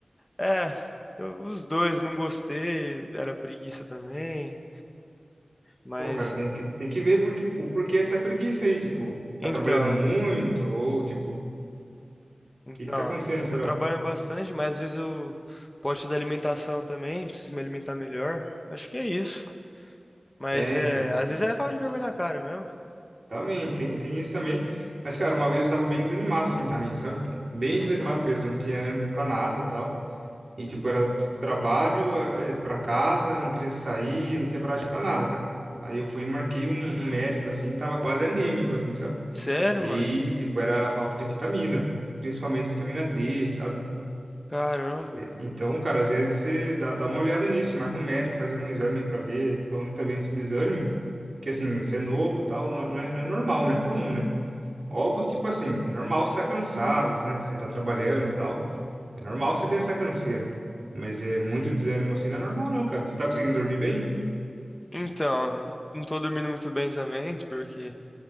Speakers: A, on the left; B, on the right.
A: É, eu- os dois, não gostei, era preguiça também, mas
B: Pô, cara, tem que, tem que ver por- o porquê dessa preguiça aí, tipo,
A: então.
B: tá trabalhando muito, ou tipo, o
A: Então,
B: que que tá acontecendo, será?
A: tô trabalhando bastante, mas às vezes eu posto da alimentação também, preciso me alimentar melhor. Acho que é isso. Mas
B: É,
A: é,
B: então,
A: às vezes é falta de vergonha na cara mesmo.
B: também, tem, tem isso também. Mas, cara, uma vez eu tava bem desanimado, assim, também, sabe? Bem
A: Uhum.
B: desanimado mesmo, não tinha ânimo pra nada, tal. E, tipo, era do trabalho, é, pra casa, eu não queria sair, eu não tinha coragem pra nada, cara. Aí eu fui e marquei um, um médico, assim, tava quase anêmico, assim, sabe?
A: Sério,
B: E
A: mano?
B: aí, tipo, era a falta de vitamina, principalmente vitamina D, sabe?
A: Caramba.
B: Então, cara, às vezes você dá, dá uma olhada nisso, marca um médico, faz algum exame pra ver da onde tá vindo esse desânimo. Que assim, você é novo e tal, não é, não é, não é normal, não é comum, né? Óbvio que, tipo assim, é normal você estar cansado, né? Você tá trabalhando e tal. É normal você ter essa canseira. Mas é muito desânimo assim, não é normal não, cara. Você tá conseguindo dormir bem?
A: Então, não tô dormindo muito bem também, porque